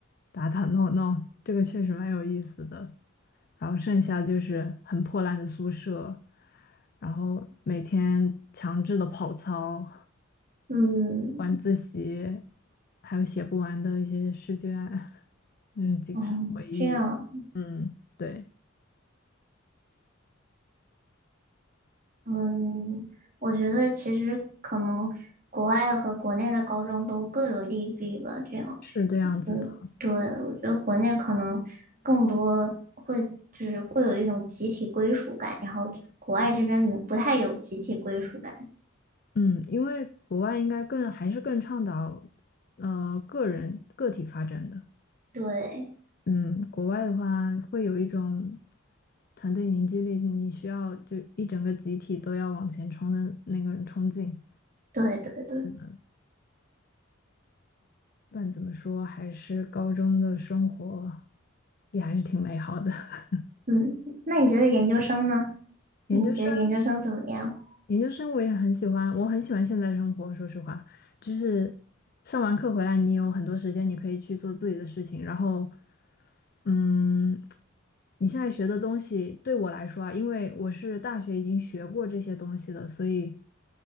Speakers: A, on the left; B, on the right.
A: 打打闹闹，这个确实蛮有意思的。然后剩下就是很破烂的宿舍，然后每天强制的跑操、
B: 嗯
A: 晚自习，还有写不完的一些试卷，<laughs> 嗯，仅剩回忆。
B: 嗯，这样，
A: 嗯，对，
B: 嗯，我觉得其实可能国外和国内的高中都各有利弊吧，这样。
A: 是这样子的。
B: 嗯，对，我觉得国内可能更多。就是会有一种集体归属感，然后就国外这边没不太有集体归属感。
A: 嗯，因为国外应该更还是更倡导，呃，个人个体发展的。
B: 对，
A: 嗯，国外的话会有一种团队凝聚力，你需要就一整个集体都要往前冲的那个冲劲。
B: 对，对，对，
A: 是的，不管怎么说，还是高中的生活也还是挺美好的。<laughs>
B: 嗯，那你觉得研究生呢？你觉得研究生怎么样？
A: 研究生，研究生我也很喜欢，我很喜欢现在生活。说实话，就是上完课回来，你有很多时间，你可以去做自己的事情。然后，嗯，你现在学的东西对我来说啊，因为我是大学已经学过这些东西的，所以，